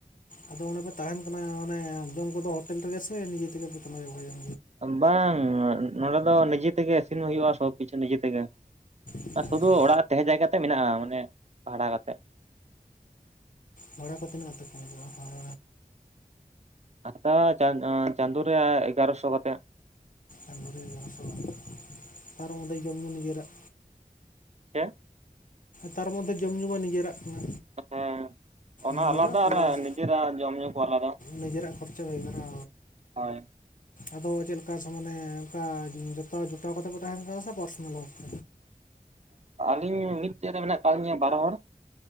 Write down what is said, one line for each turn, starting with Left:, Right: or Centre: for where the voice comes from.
Left: ᱟᱫᱚ ᱸᱰᱮ ᱯᱮ ᱛᱟᱦᱮᱱ ᱠᱟᱱᱟ ᱚᱱᱮ ᱡᱚᱢ ᱠᱚᱫᱚ ᱦᱳᱴᱮᱞ ᱨᱮᱜᱮ ᱥᱮ ᱱᱤᱡᱮ ᱛᱮᱜᱮ ᱯᱮ ᱛᱢᱚᱭ ᱵᱟᱭ ᱟ
Right: ᱵᱟᱝ ᱱᱚᱰᱮ ᱫᱚ ᱱᱤᱡᱮ ᱛᱮᱜᱮ ᱤᱥᱤᱱ ᱦᱩᱭᱩᱜᱼᱟ ᱥᱚᱵ ᱠᱤᱪᱷᱩ ᱱᱤᱡᱮ ᱛᱮᱜᱮ
Left: ᱟᱪᱪᱷᱟ
Right: ᱥᱩᱫᱩ
Left: ᱟᱪᱪᱷᱟ
Right: ᱚᱲᱟᱜ ᱛᱟᱦᱮᱸ ᱡᱟᱭᱜᱟᱛᱮᱜ ᱢᱮᱱᱟᱜᱼᱟ ᱢᱟᱱᱮ ᱵᱟᱦᱲᱟ ᱠᱟᱛᱮ
Left: ᱵᱷᱟᱲᱟ ᱠᱚ ᱛᱤᱱᱟᱹᱜ ᱠᱟᱛᱮ <unintelligible>
Right: ᱟᱫᱦᱟ ᱪᱟᱸᱫᱳ ᱨᱮ ᱮᱜᱟᱨᱚᱥᱚ ᱠᱟᱛᱮ
Left: ᱟᱨ ᱵᱟᱝᱥᱚᱜ ᱛᱟᱨ ᱚᱸᱰᱮ ᱡᱚᱢᱼᱧᱩ ᱱᱤᱡᱟᱹᱨᱟᱜ
Right: ᱪᱮᱫ
Left: ᱛᱟᱨ ᱢᱚᱫᱽᱫᱷᱮ ᱡᱚᱢ ᱧᱩ ᱢᱟ ᱱᱤᱡᱮᱨᱟᱜ ᱠᱟᱱᱟ
Right: ᱦᱮᱸ ᱚᱱᱟ
Left: ᱱᱤᱡᱮᱨᱟᱜ
Right: ᱟᱞᱟᱫᱟ
Left: ᱯᱞᱟᱥ
Right: ᱟᱨ ᱱᱤᱡᱮᱨᱟᱜ ᱡᱚᱢ ᱧᱩ ᱠᱚ ᱟᱞᱟᱫᱟ
Left: ᱱᱤᱡᱮᱨᱟᱜ ᱠᱷᱚᱨᱪᱟ ᱦᱩᱭ ᱵᱷᱟᱨᱟ
Right: ᱦᱳᱭ
Left: ᱟᱫᱚ ᱪᱮᱫ ᱞᱮᱠᱟ ᱥᱟᱢᱚᱱᱮ ᱚᱱᱠᱟ ᱡᱚᱛᱚ ᱡᱚᱴᱟᱣ ᱠᱟᱛᱮ ᱠᱚ ᱛᱟᱦᱮᱱ ᱠᱟᱱᱟ ᱥᱮ ᱯᱟᱨᱥᱚᱱᱟᱞ ᱚᱠᱛᱮ
Right: ᱟᱹᱞᱤᱧ ᱢᱤᱫᱴᱮᱡ ᱨᱮ ᱢᱮᱱᱟᱜ ᱟᱠᱟᱫ ᱞᱤᱧᱟ ᱵᱟᱨ ᱦᱚᱲ